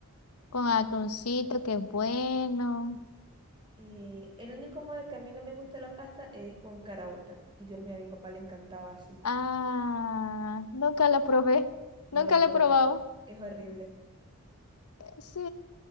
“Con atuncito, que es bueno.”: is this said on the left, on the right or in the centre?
Left